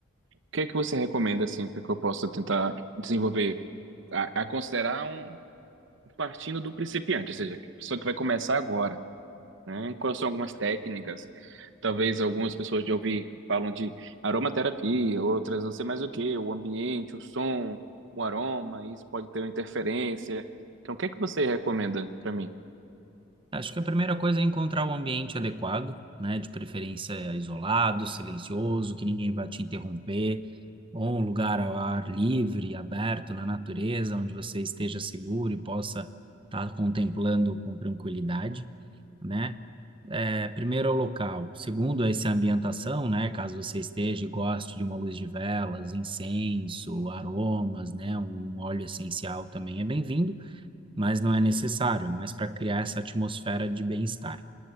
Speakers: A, on the right; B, on the right.
A: que é que você recomenda assim para que eu possa tentar desenvolver a, a considerar um partindo do principiante, ou seja, a pessoa que vai começar agora, né? Quais são algumas técnicas? Talvez algumas pessoas de ouvir falam de aromaterapia, outras não sei mais o que, o ambiente, o som, o aroma, isso pode ter uma interferência. Então, o que é que você recomenda para mim?
B: Acho que a primeira coisa é encontrar o ambiente adequado, né? De preferência isolado, silencioso, que ninguém vai te interromper, ou um lugar ao ar livre, aberto, na natureza, onde você esteja seguro e possa estar contemplando com tranquilidade, né? é, primeiro é o local, segundo é essa ambientação, né? Caso você esteja e goste de uma luz de velas, incenso, aromas, né? Um óleo essencial também é bem-vindo, mas não é necessário, é mais para criar essa atmosfera de bem-estar.